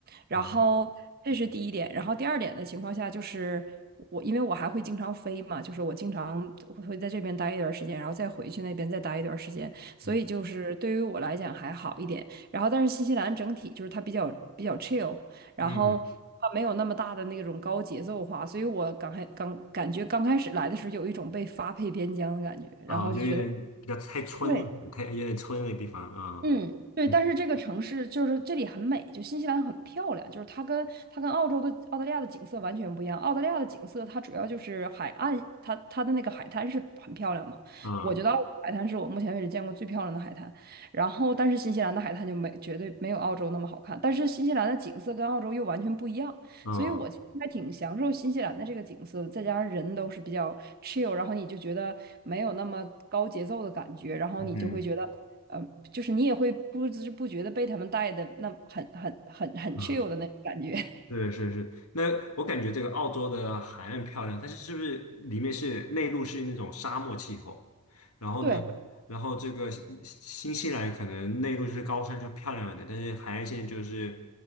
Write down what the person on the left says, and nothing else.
啊，
嗯
嗯
啊，就有点比较太村一点，
太有点村的地方啊，
嗯
啊
啊
嗯
啊，
是是是。那我感觉这个澳洲的海岸漂亮，但是是不是里面是内陆是那种沙漠气候？然后呢，
然后这个新新西兰可能内陆是高山就漂亮一点，但是海岸线就是